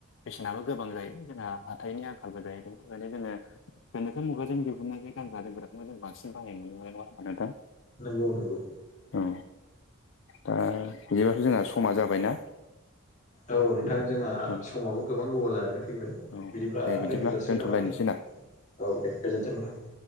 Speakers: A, on the left; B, on the left.
A: बेसेनाबो गोबां जायो जोंहा हाथाइनि आंखालबो जायो बेनि थाखायनो जोङो बेनिखो मुगाजों दिहुननाय बे गानग्रा जोमग्राफोरखौखौ जों बांसिन बाहाय नुनो मोननाय नङा नोंथां।
B: नंगौ नंगौ।
A: औ दा बिदिब्लाथ' जोंना समा जाबायना?
B: औ नोंथां जोंहा
A: औ
B: समाबो गोबां गोबाव जानानै फैबाय।
A: औ
B: बिदिब्ला
A: दे
B: दोनथ' जाासिगोन
A: दोनथ'लायनोसै
B: नामा <unintelligible>
A: ना
B: औ दे गोजोन्थों नोंथां।